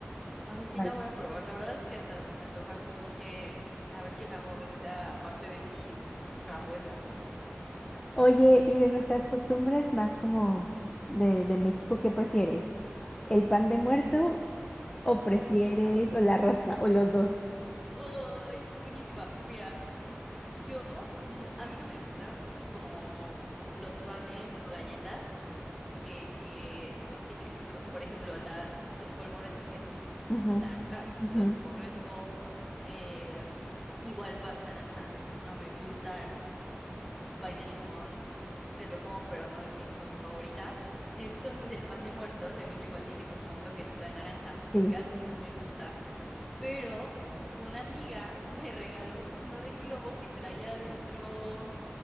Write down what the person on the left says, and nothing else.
Pruébala.
Oye, y de nuestras costumbres más como de, de México, ¿qué prefieres? ¿El pan de muerto o
prefieres
o la rosca o los dos?
Ujú,
ujú,
Sí.